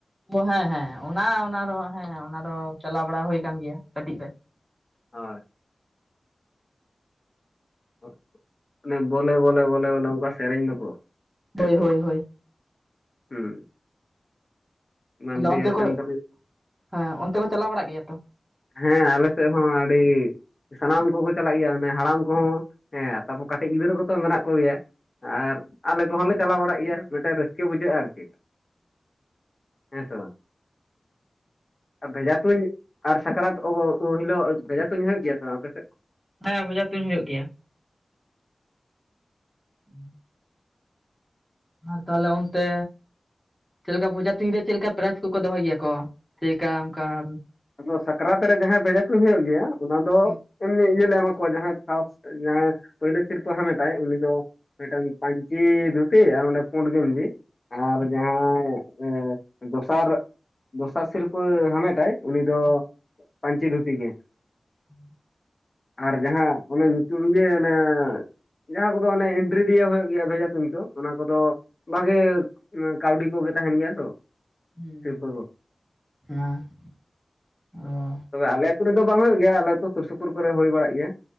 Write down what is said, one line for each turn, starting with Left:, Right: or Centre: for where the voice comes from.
Centre: ᱳ ᱦᱮᱸ ᱦᱮᱸ ᱚᱱᱟ ᱚᱱᱟ ᱫᱚ ᱦᱮᱸ ᱚᱱᱟ ᱫᱚ ᱪᱟᱞᱟᱣ ᱵᱟᱲᱟ ᱦᱩᱭ ᱠᱟᱱ ᱜᱮᱭᱟ ᱠᱟᱹᱴᱤᱡ ᱨᱮ᱾
Left: ᱦᱳᱭ᱾ ᱳᱸᱜ ᱚᱱᱮ ᱵᱚᱞᱮ ᱵᱚᱞᱮ ᱵᱚᱞᱮ ᱵᱚᱞᱮ ᱚᱱᱠᱟ ᱥᱮᱨᱮᱧ ᱫᱚᱠᱚ᱾ ᱦᱮ
Centre: ᱦᱳᱭ
Left: ᱥᱮ
Centre: ᱦᱳᱭ
Left: ᱵᱟᱝ?
Centre: ᱦᱳᱭ
Left: ᱦᱩᱸ᱾ ᱵᱟᱸᱫᱽᱨᱤ
Centre: ᱛᱟᱦᱞᱮ ᱚᱱᱛᱮ
Left: ᱟᱥᱮᱱ
Centre: ᱠᱚᱡ,
Left: ᱛᱟᱞᱮ
Centre: ᱦᱮᱸ ᱚᱱᱛᱮ ᱠᱚ ᱪᱟᱞᱟᱣ ᱵᱟᱲᱟᱜ ᱜᱮᱭᱟ ᱛᱚ?
Left: ᱦᱮᱸ ᱟᱞᱮ ᱥᱮᱜ ᱦᱚᱸ ᱟᱹᱰᱤ ᱥᱟᱱᱟᱢ ᱠᱚᱠᱚ ᱪᱟᱞᱟᱜ ᱜᱮᱭᱟ ᱚᱱᱮ ᱦᱟᱲᱟᱢ ᱠᱚᱦᱚᱸ ᱦᱮᱸ ᱛᱟᱯᱚ ᱠᱟᱹᱴᱤᱡ ᱜᱤᱫᱽᱨᱟᱹ ᱠᱚᱛᱚ ᱢᱮᱱᱟᱜ ᱠᱚ ᱜᱮᱭᱟ᱾ ᱟᱨ ᱟᱞᱮ ᱠᱚᱦᱚᱸ ᱞᱮ ᱪᱟᱞᱟᱣ ᱵᱟᱲᱟᱜ ᱜᱮᱭᱟ ᱢᱤᱴᱮᱱ ᱨᱟᱹᱥᱠᱟᱹ ᱵᱩᱡᱷᱟᱹᱜ ᱟᱨᱠᱤ᱾ ᱦᱮᱸ ᱥᱮ ᱵᱟᱝ? ᱟᱨ ᱵᱷᱮᱡᱟ ᱛᱩᱧ ᱟᱨ ᱥᱟᱠᱨᱟᱛ <unintelligible> ᱩᱱ ᱦᱤᱞᱳᱜ ᱵᱷᱮᱡᱟ ᱛᱩᱧ ᱦᱩᱭᱩᱜ ᱜᱮᱭᱟ ᱵᱟᱝ ᱟᱯᱮ ᱥᱮᱫ?
Centre: ᱦᱮᱸ, ᱵᱷᱚᱡᱟ ᱛᱩᱧ ᱦᱳᱭᱳᱜ ᱜᱮᱭᱟ᱾ ᱩᱸ᱾ ᱟᱨ ᱛᱟᱦᱚᱞᱮ ᱚᱱᱛᱮ ᱪᱮᱠᱟ ᱵᱷᱚᱡᱟ ᱛᱩᱧ ᱨᱮ ᱪᱮᱜ ᱞᱮᱠᱟ ᱯᱨᱟᱭᱤᱡᱽ ᱠᱚᱠᱚ ᱫᱚᱦᱚᱭ ᱜᱮᱭᱟ ᱠᱚ? ᱪᱮᱠᱟ ᱚᱱᱠᱟᱢ
Left: ᱟᱫᱚ ᱥᱟᱠᱨᱟᱛ ᱨᱮ ᱡᱟᱦᱟᱸᱭ ᱵᱷᱮᱡᱟ ᱛᱩᱧ ᱦᱩᱭᱩᱜ ᱜᱮᱭᱟ, ᱚᱱᱟ ᱫᱚ
Centre: ᱦᱩᱸ
Left: ᱮᱢᱱᱤ ᱤᱭᱟᱹ ᱞᱮ ᱮᱢᱟ ᱠᱚᱣᱟ ᱡᱟᱦᱟᱸᱭ ᱯᱷᱟᱥ ᱡᱟᱦᱟᱸᱭ ᱯᱳᱭᱞᱳ ᱥᱤᱨᱯᱟᱹ ᱦᱟᱢᱮᱴᱟᱭ ᱩᱱᱤ ᱫᱚ ᱢᱤᱜᱴᱟᱝ ᱯᱟᱧᱪᱤ ᱫᱷᱩᱛᱤ ᱟᱨ ᱢᱤᱜᱴᱟᱝ ᱯᱩᱸᱰ ᱜᱮᱧᱡᱤ᱾ ᱟᱨ
Centre: ᱦᱩᱸ
Left: ᱡᱟᱦᱟᱸᱭ ᱮ ᱫᱚᱥᱟᱨ ᱫᱚᱥᱟᱨ ᱥᱤᱨᱯᱟᱹ ᱦᱟᱢᱮᱴᱟᱭ ᱩᱱᱤ ᱫᱚ
Centre: ᱦᱩᱸ
Left: ᱯᱟᱧᱪᱤ ᱫᱷᱩᱛᱤ ᱜᱮ᱾
Centre: ᱩᱸ᱾
Left: ᱟᱨ ᱡᱟᱦᱟᱸ ᱚᱱᱮ ᱧᱩᱛᱩᱢ ᱤᱭᱟᱹ ᱚᱱᱮ ᱡᱟᱦᱟᱸ ᱠᱚᱫᱚ ᱚᱱᱮ ᱤᱱᱴᱨᱤ ᱫᱤᱭᱮ ᱮᱢ ᱦᱩᱭᱩᱜ ᱜᱮᱭᱟ ᱵᱷᱮᱡᱟ ᱛᱩᱧ ᱠᱚ᱾ ᱚᱱᱟ ᱠᱚᱫᱚ ᱵᱷᱟᱜᱮ ᱠᱟᱹᱣᱰᱤ ᱠᱚᱜᱮ ᱛᱟᱦᱮᱱ ᱜᱮᱭᱟ ᱛᱚ᱾
Centre: ᱦᱩᱸ
Left: ᱥᱤᱨᱯᱟᱹ ᱠᱚ
Centre: ᱦᱩᱸ, ᱚᱱᱟ ᱚ᱾
Left: ᱛᱚᱵᱮ ᱟᱞᱮ ᱟᱹᱛᱩ ᱨᱮᱫᱚ ᱵᱟᱝ ᱦᱩᱭᱩᱜ ᱜᱮᱭᱟ, ᱟᱞᱮ ᱟᱹᱛᱩ ᱥᱩᱨᱼᱥᱩᱯᱩᱨ ᱠᱚᱨᱮ ᱦᱳᱭ ᱵᱟᱲᱟᱜ ᱜᱮᱭᱟ᱾